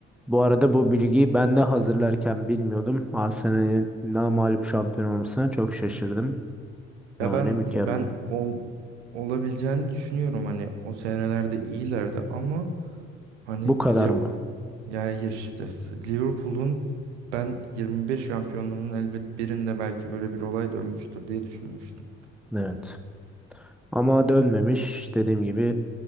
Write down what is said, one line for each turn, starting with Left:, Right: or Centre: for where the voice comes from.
Centre: Bu arada bu bilgiyi ben de hazırlarken bilmiyordum. Arsenal'in namağlup şampiyon olmasına çok şaşırdım.
Right: Ya
Centre: Yani
Right: ben
Centre: mükemmel.
Right: ben o olabileceğini düşünüyorum hani o senelerde iyilerdi ama hani
Centre: Bu kadar
Right: Liv-
Centre: mı?
Right: ya hayır işte Liverpool'un ben 21 şampiyonluğunun elbet birinde belki böyle bir olay dönmüştür diye düşünmüştüm.
Centre: Evet. Ama dönmemiş. Dediğim gibi